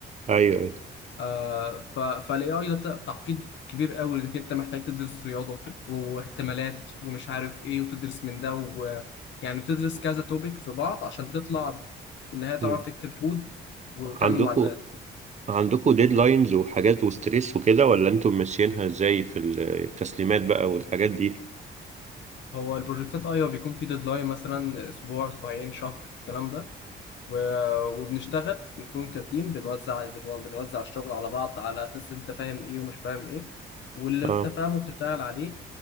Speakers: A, on the right (about 35°); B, on the left (about 65°).
A: أيوه أيوه
B: آه ف... فالاي اي ده ت- تعقيد كبير قوي انك انت محتاج تدرس رياضه واحتمالات ومش عارف ايه وتدرس من ده و... يعني بتدرس كذا توبيك في بعض عشان تطلع في النهايه تعرف
A: مم.
B: تكتب كود وتعمل
A: عندكم
B: معادلات
A: عندكم ديدلاينز وحاجات وستريس وكده ولا انتم ماشيينها ازاي في التسليمات بقى والحاجات دي
B: هو البروجكتات ايوه بيكون في ديدلاين مثلا اسبوع اسبوعين شهر الكلام ده و- وبنشتغل بنكون كتيم بنوزع بنو- بنوزع الشغل على بعض على اساس انت فاهم ايه ومش فاهم ايه واللي انت
A: اه
B: فاهمه بتشتغل عليه